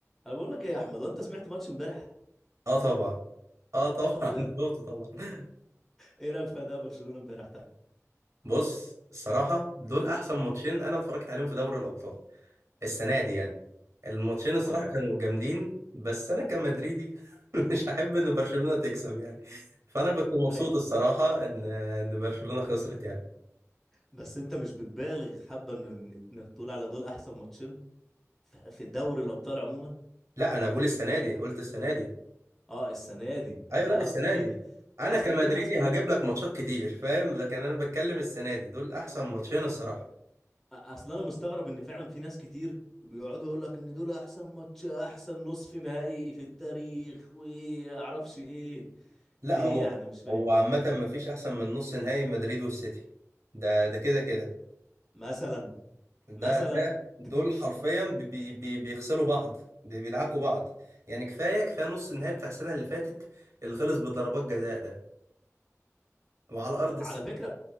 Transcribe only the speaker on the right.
اه طبعا اه طبعا
<laughs>
بالظبط طبعا
بص الصراحه دول احسن ماتشين انا اتفرجت عليهم في دوري الابطال السنه دي يعني الماتشين
الصراحه كانوا جامدين بس انا كمدريدي <laughs> مش هحب ان برشلونه تكسب يعني فانا كنت مبسوط
الصراحه ان ان برشلونه خسرت يعني
لا انا بقول السنه دي قلت السنه دي
ايوه
لا السنه
دي
انا
كمدريدي
هجيب لك ماتشات كتير فاهم لكن انا بتكلم السنه دي دول احسن ماتشين الصراحه
لا
هو
هو عامة ما فيش أحسن من نص نهائي مدريد والسيتي ده ده كده كده
ده
ده دول
حرفيا بي بي بي- بيغسلوا بعض بي- بيدعكوا بعض يعني كفاية كفاية نص النهائي بتاع السنة اللي فاتت اللي خلص بضربات جزاء ده وعلى أرض السيتي